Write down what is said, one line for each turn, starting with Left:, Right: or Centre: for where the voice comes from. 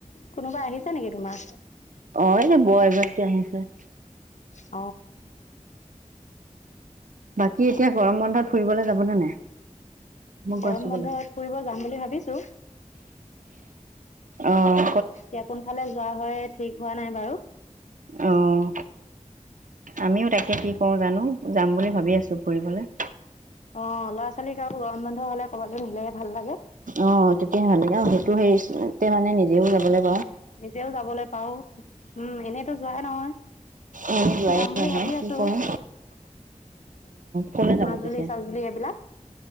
Left: কোনোবা আহিছে নেকি তোমাৰ
Right: অঅঁ এনে বৌ এগৰাকী আহিছে
Left: হয়
Right: বাকী এতিয়া গৰম বন্ধত ফুৰিবলৈ যাবনে নাই মই
Left: গৰম
Right: গৈ আছো
Left: বন্ধত
Right: বলোক
Left: ফুৰিব যাম বুলি ভাবিছো
Right: অঁ
Left: এতিয়া কোনফালে যোৱা হয় ঠিক হোৱা নাই বাৰু
Right: অঁ আমিও তাকে কি কৰো জানো যাম বুলি ভাবি আছো ফুৰিবলে
Left: অঁ ল'ৰা ছোৱালীক আৰুো গৰম বন্ধ হলে ক'বালে নিলেহে ভাল লাগে
Right: অঁ তেতিয়াই লাগে সেইটো হেৰি মানে নিজেও যাব লাগে
Left: নিজেও যাবলৈ পাও উম এনেইতো যোৱাই নহয়
Right: এনেই যোৱাই
Left: যাম বুলি
Right: নহয়
Left: ভাবি
Right: কি
Left: আছো
Right: কৰোঁ। ক'লৈ যাব
Left: মাজুলী
Right: পিছে?
Left: চাজুলি এইবিলাক